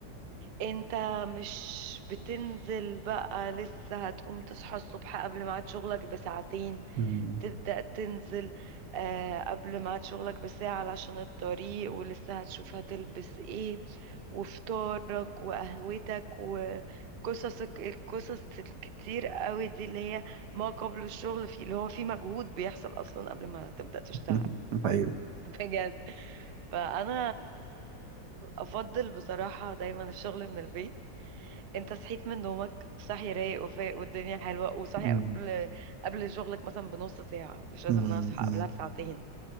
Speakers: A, on the right (about 80°); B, on the right (about 70°).
A: انت مش بتنزل بقى لسه هتقوم تصحى الصبح قبل ميعاد شغلك بساعتين
B: مم،
A: تبدأ تنزل آه، قبل ميعاد شغلك بساعة علشان الطريق ولسه هتشوف هتلبس ايه وفطارك وقهوتك وقصصك القصص الكتير قوي دي اللي هي ما قبل الشغل في اللي هو في مجهود بيحصل اصلا قبل ما تبدأ تشتغل
B: <laughs> ايوه
A: <laughs> بجد فانا افضل بصراحة دايما الشغل من البيت انت صحيت من نومك صاحي رايق وفايق والدنيا حلوة وصاحي
B: مم،
A: قبل قبل شغلك مثلا بنص ساعة مش لازم
B: مم،
A: انا اصحى
B: مم،
A: قبلها بساعتين